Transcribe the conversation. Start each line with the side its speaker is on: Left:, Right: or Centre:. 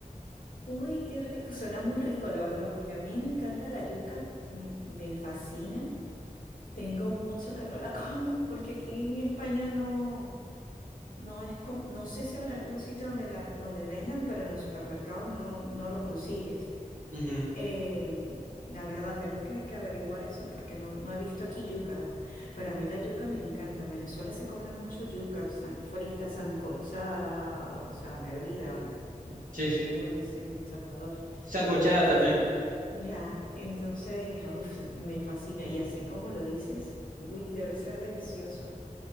Left: Uy, qué rico, suena muy rico la verdad, porque a mí me encanta la yuca, me, me fascina. Tengo mucho que no la <laughs> como, porque aquí en España no, no es, com- no sé si habrá algún sitio donde la, donde vendan, pero en los supermercados no, no lo consigues.
Right: Ujú,
Left: Eh, la verdad, tengo que, que averiguar eso porque no, no he visto aquí yuca, la verdad. Pero a mí la yuca me encanta. En Venezuela se come mucho yuca, san- frita, sancochada, o sea, hervida,
Right: Sí,
Left: no sé
Right: sí.
Left: cómo le dicen en Salvador.
Right: Sancochada
Left: Este,
Right: también.
Left: ya, entonces, uf, me fascina. Y así como lo dices, uy, debe ser delicioso.